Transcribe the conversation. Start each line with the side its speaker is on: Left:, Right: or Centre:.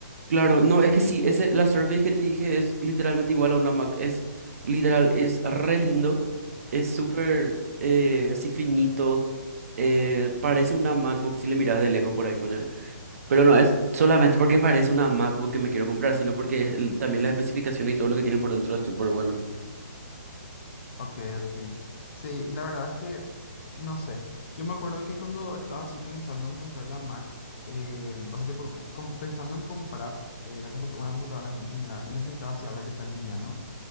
Right: Claro, no, es que sí, ese, la Surface que te dije es literalmente igual a una Mac, es literal, es re lindo, es súper eh, así finito, eh, parece una MacBook si le miras de lejos por ahí poner, pero no es solamente porque parece una MacBook que me quiero comprar, sino porque el- también las especificaciones y todo lo que tiene por dentro es súper bueno.
Left: Ok, ok. Sí, y la verdad es que, no sé, yo me acuerdo que cuando estaba así pensando en comprar la Mac, eh, o sea, tipo, c- com- pensando en comprar eh, la computa- una computadora en general, yo necesitaba así algo que sea liviano